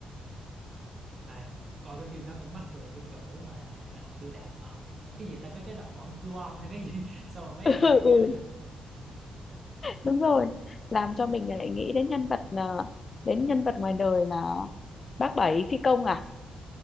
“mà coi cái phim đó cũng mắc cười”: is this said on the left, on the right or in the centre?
Right